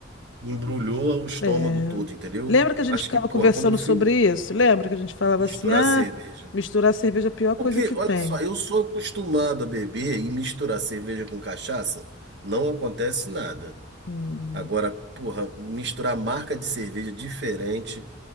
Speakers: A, on the right; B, on the left.
A: embrulhou o estômago
B: É.
A: todo, entendeu?
B: Lembra que
A: Eu
B: a gente
A: Acho
B: ficava
A: que, porra,
B: conversando
A: quando eu fui
B: sobre isso? Lembra que a gente falava
A: misturar
B: assim: ah,
A: cerveja.
B: misturar cerveja é a pior coisa
A: Porque,
B: que tem.
A: olha só, eu sou acostumado a beber e misturar cerveja com cachaça, não acontece nada.
B: Hum.
A: Agora, porra, misturar marca de cerveja diferente,